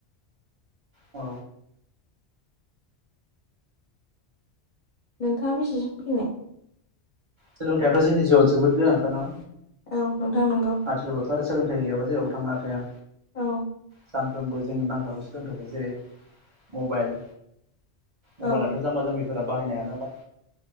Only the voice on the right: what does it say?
औ
सोलोंथाइाथ' जोंनि जिउआव जोबोद गोनांखा ना।
आथिखालावथ' आरो सोंथाइ गयाबा जेराव थांनो हाखाया।
सानफ्रोमबो जोंनो नांथारगौ सोलोंथोयखौ जेरै मबाइल
मबाइलाथ जाम्बा जाम्बिफोरा बाहायनो हाया नालाय